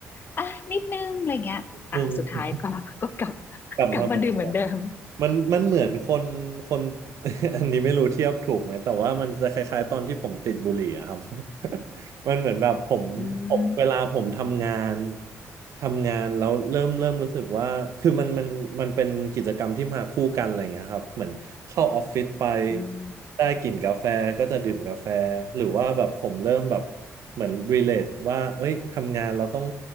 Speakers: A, on the left; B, on the right.
A: อ่ะนิดนึงอะไรเงี้ยอ่ะสุดท้ายก็ก็กลับ
B: นึง
A: <laughs>
B: กลับมาเหมือน
A: กลับมาดื่มเหมือนเดิม
B: มันมันเหมือนคนคน <laughs> อันนี้ไม่รู้เทียบถูกไหมแต่ว่ามันจะคล้ายๆตอนที่ผมติดบุหรี่อะครับ <laughs> มันเหมือนแบบผมผมเวลาผมทำงาน
A: อืม
B: ทำงานแล้วเริ่มเริ่มรู้สึกว่าคือมันมันมันเป็นกิจกรรมที่มาคู่กันอะไรอย่างเงี้ยครับเหมือนเข้าออฟฟิศไป
A: อืม
B: ได้กลิ่นกาแฟก็จะดื่มกาแฟหรือว่าแบบผมเริ่มแบบเหมือนรีเลทว่าเอ้ยทำงานเราต้อง